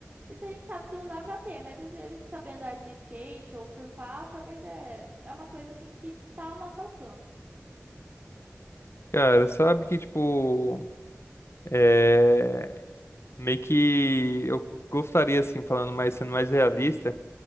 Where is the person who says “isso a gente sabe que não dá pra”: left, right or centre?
Right